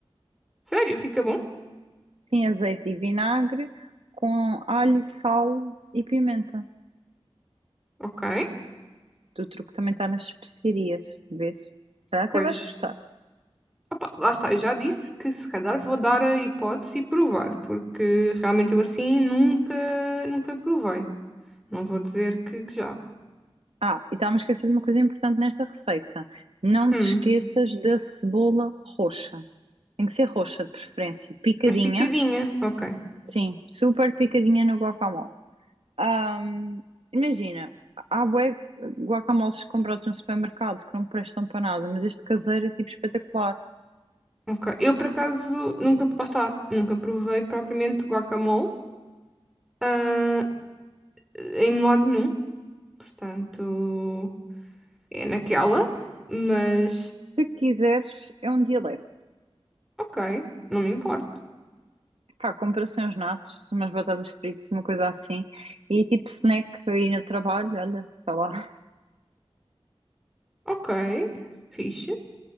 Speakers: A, in the centre; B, on the right (about 75°).
A: Sério, fica bom?
B: Sim, azeite e vinagre com alho, sal e pimenta.
A: Ok.
B: O truque também está nas especiarias, vês? Se calhar Até
A: Pois.
B: vais gostar.
A: Opá, lá está, eu já disse que se calhar vou dar a hipótese e provar, porque realmente eu assim nunca, nunca provei. Não vou dizer que, que já.
B: Ah, e estava-me a esquecer de uma coisa importante nesta receita. Não
A: Hum,
B: te esqueças da cebola roxa. Tem que ser roxa, de preferência. Picadinha.
A: mas picadinha, ok,
B: Sim, super picadinha no guacamole. Ahm, imagina, há bué guacamoles comprados no supermercado que não prestam para nada, mas este caseiro é tipo espetacular.
A: ok. Eu por acaso nunca, lá está, nunca provei propriamente guacamole, ah, em lado nenhum, portanto é naquela, mas
B: Se quiseres, é um dia leve.
A: ok, não me importo.
B: Pá, compra assim uns natos, umas batatas fritas, uma coisa assim. E tipo snack aí no trabalho, olha, sei lá.
A: Ok, fixe.